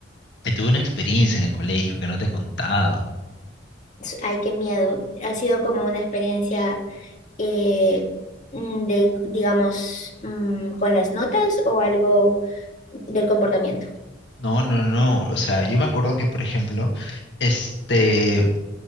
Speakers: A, on the left (about 60°); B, on the left (about 40°).
A: tuve una experiencia en el colegio que no te he contado.
B: S- Ay, qué miedo. Ha sido como una experiencia eh, mm, de, digamos, mm, con las notas o algo del comportamiento.
A: No, no, no. O sea, yo me acuerdo que, por ejemplo, este, en